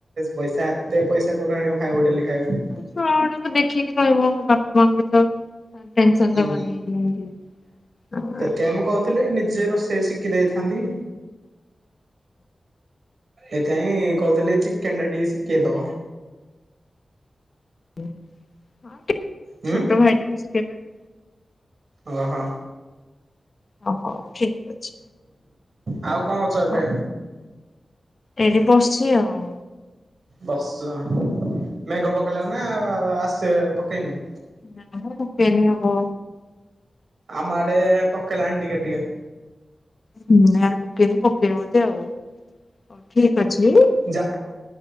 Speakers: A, on the right; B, on the left.
A: ପଇସା ଏତେ ପଇସା କୋଉଠୁ ଆଣିବ ଖାଇବୁ ଡେଲି ଖାଇବୁ।
B: ଛୁଆଡାକୁ ଦେଖିକି ରହିବ ବାପା ମାଆ ଙ୍କୁ ତ। ଆ ଟେନ୍‌ ସନ୍‌
A: ହୁଁ
B: ଦବନି ରୁମୁକୁ ଆଁ
A: ତେଣୁ କହୁଥିଲେ ନିଜେ ରୋଷେଇ ଶିଖି ଦେଇଥାନ୍ତି। ଏଇଥି ପାଇଁ କହୁଥିଲି ଚିକେନ ଟା ଟିକେ ଶିଖେଇଦବ।
B: ହଁ
A: ହୁଁ।
B: ଛୋଟ ଭାଇଟାକୁ ଶିଖେଇ ପାରିବି।
A: ଓ ହ।
B: ଓ ହୋ ଠିକ୍ ଅଛି
A: ଆଉ କଣ କରୁଛ ଏବେ
B: ହଁ। ଏଇଟି ବସ୍ ଚି‌ ଆଉ।
A: ବସ୍‌ ଚ ମେଘ ପକେଇଲା ନା ଆଉ ଆଉ ଆସେ ପକେଇନି।
B: ନା ହା ପକେଇନି ହବ।
A: ଆମ ଆଡେ ପକେଇଲାଣି ଟିକେ ଟିକେ।
B: ହୁଁ ନା ପକେଇନି ପକେଇବଧ ଆଉ ହଉ ଠିକ୍ ଅଛି।
A: ଯା।